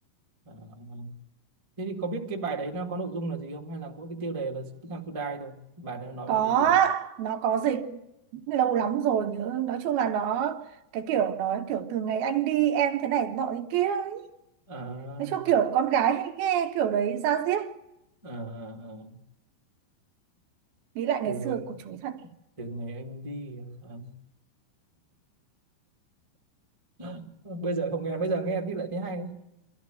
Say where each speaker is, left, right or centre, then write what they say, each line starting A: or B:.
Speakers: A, on the right; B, on the right.
A: à. thế thì có biết cái bài đấy nó có nội dung là gì không hay là mỗi cái tiêu đề là Six Time to Die thôi bài đấy nó nói
B: có
A: về cái gì
B: nó có dịch lâu lắm rồi nhớ nói chung là nó cái kiểu nói kiểu từ ngày anh đi em thế này nọ thế kia ấy.
A: à,
B: nói chung kiểu con gái hay nghe kiểu đấy ra diết
A: à, à, à.
B: nghĩ lại
A: từ
B: ngày xưa của chuối thật
A: từ ngày anh đi à. <laughs> bây giờ không nghe bây giờ nghe thì lại thấy hay đấy.